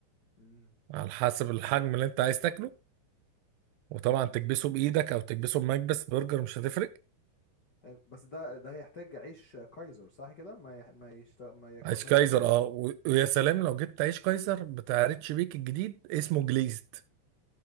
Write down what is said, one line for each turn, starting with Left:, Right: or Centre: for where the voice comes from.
Left: مم.
Right: على حسب الحجم اللي انت عايز تاكله وطبعا
Left: ده
Right: تكبسه
Left: بقى- تمام.
Right: بايدك او تكبسه بمكبس برجر مش هتفرق
Left: حلو. بس ده ده هيحتاج عيش كايزر صح كده ما يح... ما يشت... ما يكو...
Right: عيش
Left: ما
Right: كايزر
Left: يتاكل
Right: اه و- ويا سلام لو جبت عيش كايزر بتاع ريتش بيك الجديد اسمه جليزد